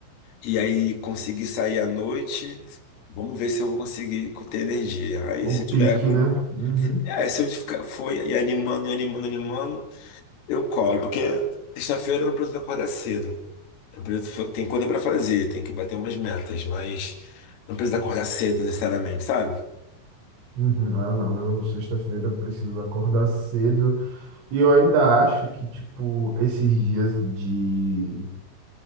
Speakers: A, on the left; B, on the right.
A: E aí conseguir sair à noite, vamos ver se eu vou conseguir co- ter energia. Aí
B: O
A: se eu
B: pique,
A: tiver com.
B: né? Uhum,
A: É, se eu ficar, for e animando, e animando, animando, eu colo, porque sexta-feira eu não preciso acordar cedo. Eu preciso fa- Tem coisa pra fazer, tem que bater umas metas, mas não precisa acordar cedo necessariamente, sabe?
B: uhum. Ah, não, eu sexta-feira preciso acordar cedo e eu ainda acho que, tipo, esses dias de